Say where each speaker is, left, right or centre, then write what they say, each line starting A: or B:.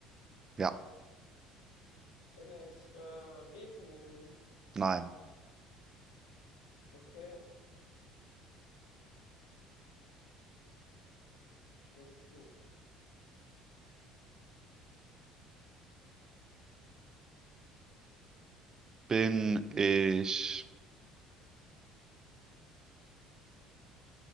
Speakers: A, on the right; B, on the left.
A: ja,
B: Bin ich äh, Beethoven?
A: nein.
B: Okay, dann bist du.
A: Bin ich